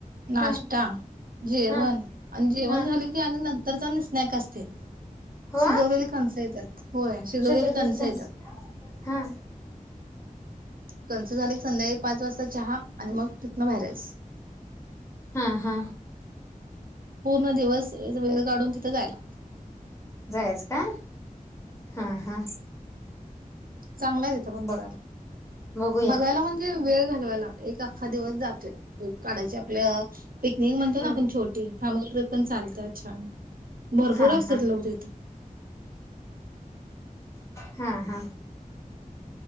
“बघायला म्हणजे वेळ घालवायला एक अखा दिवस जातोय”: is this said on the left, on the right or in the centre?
Right